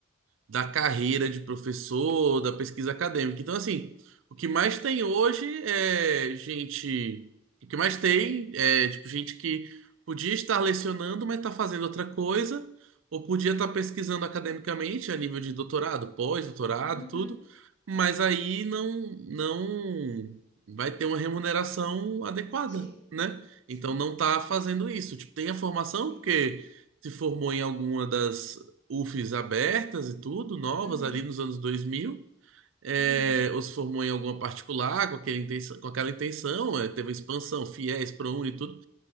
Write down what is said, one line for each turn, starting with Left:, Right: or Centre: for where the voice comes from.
Right: da carreira de professor, da pesquisa acadêmica. Então, assim, o que mais tem hoje é gente. O que mais tem é, tipo, gente que podia estar lecionando, mas está fazendo outra coisa, ou podia estar pesquisando academicamente a nível de doutorado, pós-doutorado,
Left: uhum.
Right: tudo, mas aí não, não vai ter uma remuneração adequada,
Left: Sim,
Right: né? Então
Left: sim,
Right: não está fazendo isso. Tipo, tem a formação,
Left: sim.
Right: porque se formou em alguma das UFES abertas e tudo, novas
Left: Uhum,
Right: ali nos anos 2000. É,
Left: uhum,
Right: ou se formou em alguma particular com, aquele intenção- com aquela intenção, é, teve a expansão, FIES, ProUni e tudo.